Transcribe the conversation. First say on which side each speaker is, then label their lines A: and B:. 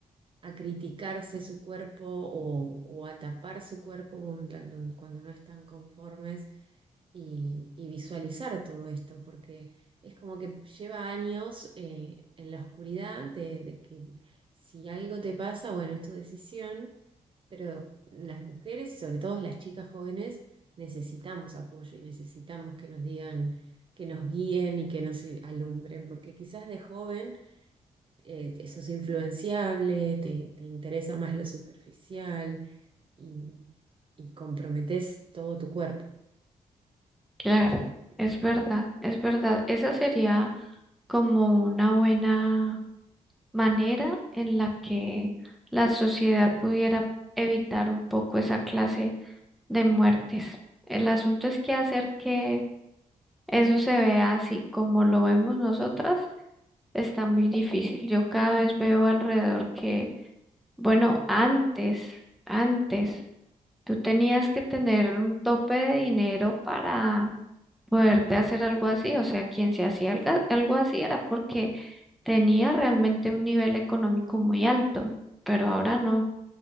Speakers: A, on the right; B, in the centre.
A: a criticarse su cuerpo o, o a tapar su cuerpo cuando, don- cuando no están conformes y, y visualizar todo esto, porque es como que lleva años eh, en la oscuridad de, de que si algo te pasa, bueno, es tu decisión, pero las mujeres y sobre todo las chicas jóvenes necesitamos apoyo y necesitamos que nos digan, que nos guíen y que nos alumbren, porque quizás de joven eh, sos influenciable, te, te interesa más lo superficial y, y comprometes todo tu cuerpo.
B: Claro, es verdad, es verdad. Esa sería como una buena manera en la que la sociedad pudiera evitar un poco esa clase de muertes. El asunto es que hacer que eso se vea así como lo vemos nosotras está muy difícil. Yo cada vez veo alrededor que, bueno, antes, antes, tú tenías que tener un tope de dinero para poderte hacer algo así. O sea, quien se hacía algo algo así era porque tenía realmente un nivel económico muy alto, pero ahora no.